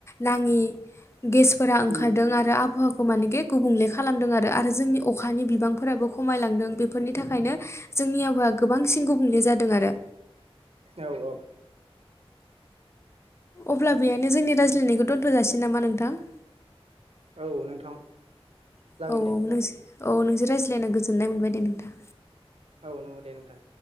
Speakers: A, on the left; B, on the right.
A: नाङि गेस
B: उम
A: खारदों आरो आबहावाखौ मानोखे गे गुबुंले खालामदों आरो जोंनि अखानि बिबांफोराबो खम खमायलांदों बेफोरनि थाखायनो जोंनि आबहावाया गोबांसिन गुबुंले जादों आरो।
B: औ औ।
A: अब्ला बेहायनो जोंनि रायज्लायनायखौ दोनथ'जासिगोन नामा नोंथां?
B: औ नोंथां। जागोन
A: औ औ
B: दे
A: नोंजो औ नोंजों रायज्लायना गोजोननाय मोनबाय दे नोंथां।
B: औ नंगौ दे नोंथां।